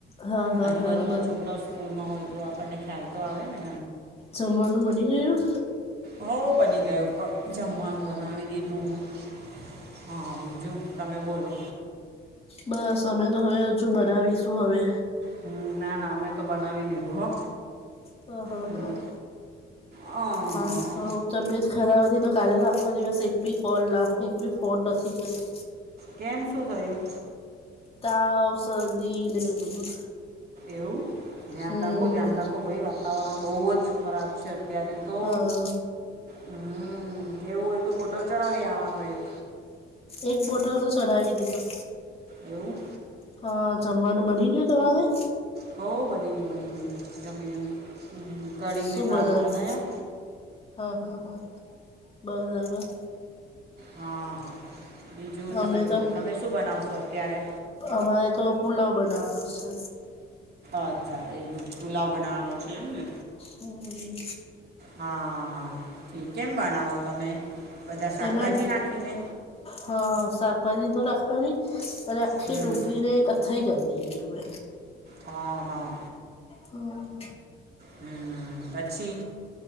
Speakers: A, on the left (about 30°); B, on the right (about 55°).
A: હા હા
B: આજુબાજુ
A: હા બ
B: ના છોકરાઓ સ્કૂલમાં હોય તો આપણને ખ્યાલ તો આવે ને.
A: જમવાનું બની ગયું?
B: હો બની ગયું જમવાનું બનાવી દીધું. હા બીજું, તમે બોલો?
A: બસ અમે તો હવે હજુ બનાવીશું હવે.
B: હમ ના ના અમે તો બનાવી લીધું હ.
A: હ હ હા
B: હમ હા.
A: મારે તો તબિયત ખરાબ હતી તો કાલેનો આખો દિવસ એક બી કોલ ના એક બી ફોન નથી કર્યો.
B: કેમ શું થયું?
A: તાવ, શરદી નેવું બધું.
B: એવું ધ્યાન
A: હમ
B: રાખો ધ્યાન રાખો ભાઈ આ વાતાવરણ બહુ જ ખરાબ છે અત્યારે તો.
A: હા
B: હમ એવું હોય તો બોટલ ચડાવી આવાનો એક.
A: એક બોટલ તો ચડવી દીધો.
B: એવું?
A: હા. જમવાનું બની ગયું તમારું?
B: હોઉ બની ગયું બની ગયું જમી કઢી
A: શું
B: ને ભાત
A: બનાવ્યું
B: બનાયા.
A: હા હા હા બરાબર.
B: હા હા બીજું
A: અમે
B: તમે બોલો
A: તો
B: તમે શું બનાવશો અત્યારે?
A: અમારે તો પુલાવ બનાવવાનો છે.
B: અચ્છા એ ચુલાવ બનાવાનો છે એમ ને?
A: હમ.
B: હા હા, કેમ બનાવો તમે? બધા શાકભાજી
A: એમાં
B: નાખીને
A: હ શાકભાજી તો રાખવાની રાખી
B: હમ
A: ડુંગી ને એ કથઈ કર દઈ એ મે
B: હા હા
A: હમ
B: હ પછી